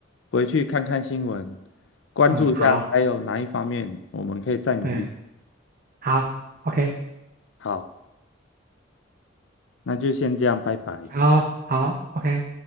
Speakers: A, on the left (about 70°); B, on the right (about 45°).
A: 回去看看新闻，关注一下还有哪一方面我们可以再努力。
B: 嗯，好。对，好，OK，
A: 好，那就先这样，拜拜。
B: 好，好，OK。